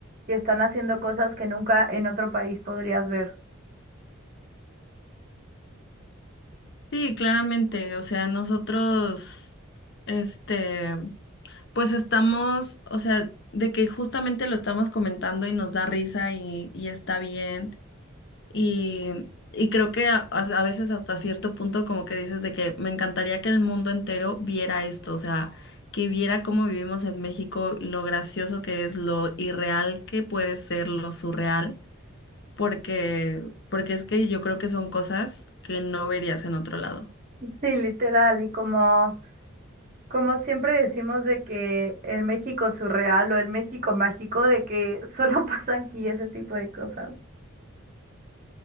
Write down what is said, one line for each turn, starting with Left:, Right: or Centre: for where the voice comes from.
Right: que están haciendo cosas que nunca en otro país podrías ver.
Left: Sí, claramente. O sea, nosotros, este, pues estamos, o sea, de que justamente lo estamos comentando y nos da risa y, y está bien. Y, y creo que a, a- a veces hasta cierto punto como que dices de que me encantaría que el mundo entero viera esto, o sea, que viera cómo vivimos en México, lo gracioso que es, lo irreal que puede ser, lo surreal, porque, porque es que yo creo que son cosas que no verías en otro lado.
Right: <laughs> Sí, literal, y como, como siempre decimos de que el México surreal o el México mágico, de que solo <laughs> pasa aquí ese tipo de cosas.